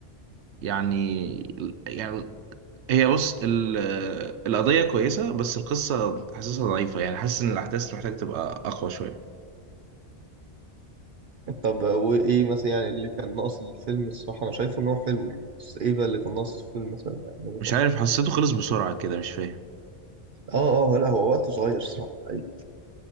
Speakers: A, on the right; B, on the right.
A: يعني يعني هي بص ال- القضيه كويسه بس القصه حاسسها ضعيفه يعني حاسس ان الاحداث محتاج تبقى اقوى شويه
B: طب وإيه مثلا يعني اللي كان ناقص الفيلم الصراحة أنا شايفه إن هو حلو يعني بس إيه بقى اللي كان ناقص الفيلم مثلا يعني من وجهة
A: مش
B: نظري؟
A: عارف حسيته خلص بسرعه كده مش فاهم
B: آه آه لا هو وقته صغير الصراحة الحقيقة